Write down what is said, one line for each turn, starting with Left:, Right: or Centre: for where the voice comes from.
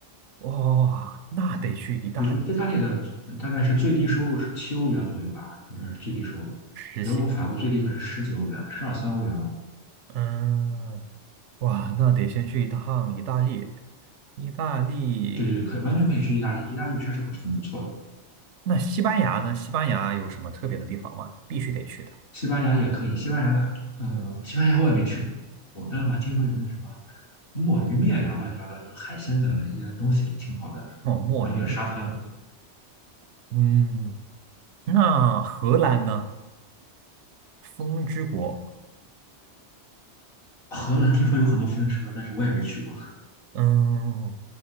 Right: 哇，那得去意大利
Left: 比如说意大利的大概是最低收入是七欧元左右吧，反正是最低收入。
Right: 实心，
Left: 德国、法国最低可是十几欧元，十二三欧元哦。
Right: 嗯，哇，那得先去一趟意大利。意大利，
Left: 对对，可以完全可以去意大利，意大利确实很不错的。
Right: 那西班牙呢？西班牙有什么特别的地方吗？必须得去的。
Left: 西班牙也可以，西班牙的呃，西班牙我也没去过，但是我听说有那个什么墨鱼面呀，乱七八糟就是海鲜的一些东西，挺好的。
Right: 哦，墨鱼，
Left: 然后就是沙滩，
Right: 嗯，那荷兰呢？风之国，
Left: 荷兰听说有很多风车，但是我也没去过。
Right: 嗯，